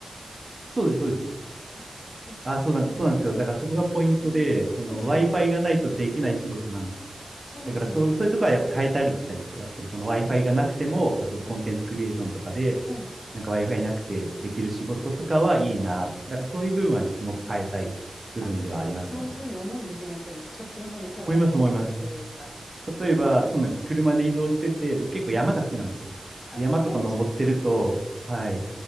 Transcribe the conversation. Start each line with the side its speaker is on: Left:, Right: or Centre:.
Right: そうです、そうです。
Left: あ、よかった。
Right: あ、そうなん、そうなんですよ。だからそこがポイントで、
Left: 通信。そうですよね、
Right: その Wi-Fi
Left: やっぱり。
Right: がないとできない仕事なんです。
Left: そうですよね。
Right: だからそう、そういうところはやっぱ変えたりしたいですよ。やっぱりその Wi-Fi がなくても、例えばコンテンツクリエーションとかで、
Left: はい、はい。
Right: なんか Wi-Fi なくてできる仕事とかはいいな。だからそういう部分はちょっともっと変えたい部分ではありますよね。
Left: うん。あ、そういうふうに思うんですね。やっぱり、そっちの方に手を出してみたいというか。
Right: 思います、思います。例えば、そうなんですよ。車で移動してて、僕結構山が好きなんですよ。
Left: はい。あ、
Right: で山とか登ってると、
Left: 山も好き
Right: はい、
Left: か。